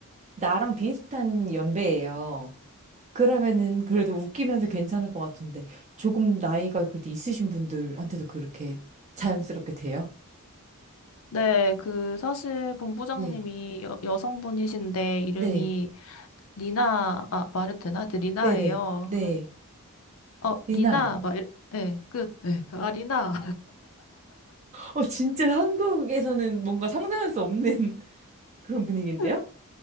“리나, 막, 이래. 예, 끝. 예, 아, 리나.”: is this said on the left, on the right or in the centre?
Left